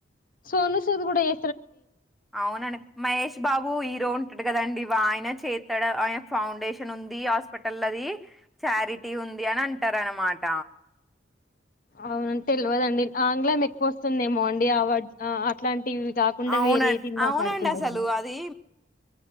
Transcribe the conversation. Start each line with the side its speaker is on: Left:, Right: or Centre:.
Left: సోను సుద్ కూడా ఎ
Centre: ఆ ఉన్ననే మహేష్ బాబు హీరో ఉంటడు కదండి. ఇ ఆయన చేత్తడు ఆయన ఫౌండేషన్ ఉంది హాస్పిటల్ ది చారిటీ ఉంది అని అంటరు అనమాట.
Left: అవునం తెల్వదండి. ఆంగ్లం ఎక్కువ వస్తుందేమో అండి ఆ అట్లాంటివి కాకుండా
Centre: అవునండి
Left: వేరేది మాట్లాడుకున్నామండి
Centre: అవునండి అసలు అది